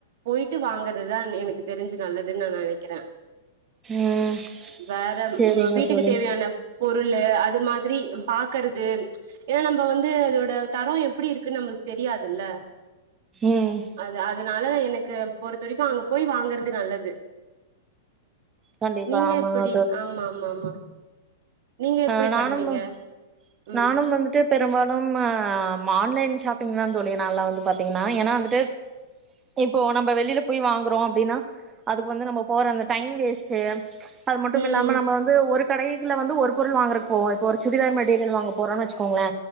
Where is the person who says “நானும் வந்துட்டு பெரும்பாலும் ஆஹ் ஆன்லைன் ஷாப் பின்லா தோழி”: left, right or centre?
Right